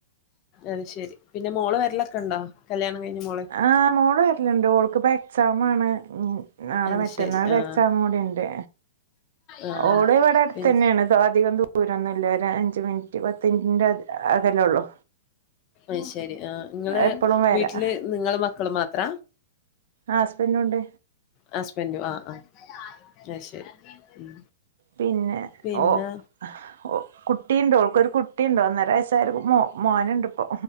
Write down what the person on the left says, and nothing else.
അത് ശരി പിന്നെ മോള് വരലൊക്കെണ്ടോ കല്യാണം കഴിഞ്ഞ മോള്
അത്
ശരി ആഹ്
ആഹ്
പിൻ
ഐ ശരി ആ ങ്ങള്
വീട്ടില് നിങ്ങള് മക്കൾ മാത്ര
ഹസ്ബൻഡും ആഹ് ആഹ് അയ്ശരി ഉം
പിന്നെ